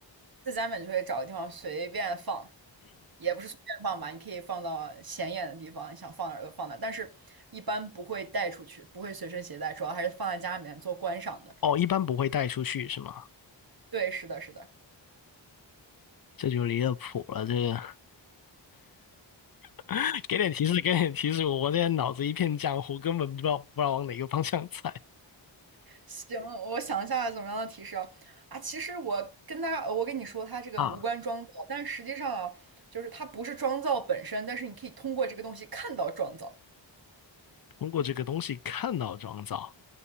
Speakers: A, on the right; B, on the left.
A: 在家里面就会找个地方随便放，也不是随便放吧，你可以放到显眼的地方，你想放哪儿就放哪儿，但是一般不会带出去，不会随身携带，主要还是放在家里面做观赏的。
B: 哦，一般不会带出去是吗？
A: 对，是的，是的。
B: 这就离了谱了，这个 <laughs> 给点提示，给点提示，我现在脑子一片浆糊，根本不知道不知道往哪个方向猜
A: 行，我想一下怎么样的提示啊？啊，其实我跟他，我跟你说，它这个无关妆造，
B: <laughs> 啊！
A: 但实际上啊，就是它不是妆造本身，但是你可以通过这个东西看到妆造。
B: 通过这个东西看到妆造，